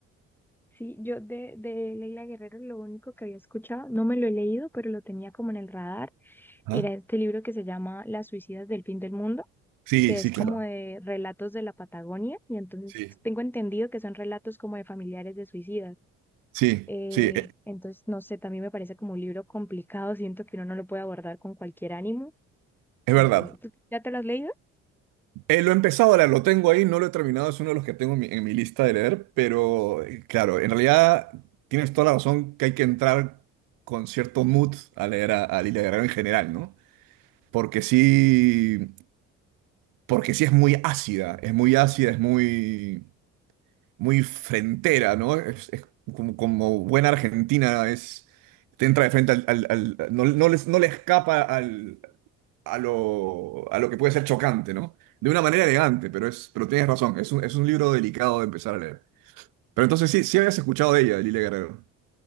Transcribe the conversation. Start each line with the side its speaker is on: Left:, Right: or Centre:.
Centre: Sí, yo de, de Leila Guerrero lo único que había escuchado, no me lo he leído, pero lo tenía como en el radar,
Right: Ajá.
Centre: era este libro que se llama Las suicidas del fin del mundo
Right: Sí,
Centre: que
Right: sí,
Centre: es como
Right: claro.
Centre: de relatos de la Patagonia, y entonces
Right: Sí,
Centre: tengo entendido que son relatos como de familiares de suicidas.
Right: sí,
Centre: Eh,
Right: sí, eh,
Centre: entonces, no sé, también me parece como un libro complicado, siento que uno no lo puede abordar con cualquier ánimo.
Right: es
Centre: Entonces,
Right: verdad.
Centre: ¿tú ya te lo has leído?
Right: Eh, lo he empezado a leer, lo tengo ahí, no lo he terminado, es uno de los que tengo en mi, en mi lista de leer, pero eh, claro, en realidad tienes toda la razón que hay que entrar con cierto mood a leer a, a Lilia Guerrero en general, ¿no? Porque sí, porque sí es muy ácida, es muy ácida, es muy... muy frentera, ¿no? Es, es como, como buena argentina, es, te entra de frente al, al- al- no, no les, no le escapa al, a lo, a lo que puede ser chocante, ¿no? De una manera elegante, pero, es, pero tienes razón, es un, es un libro delicado de empezar a leer. Pero entonces sí, sí habías escuchado de ella, de Lilia Guerrero.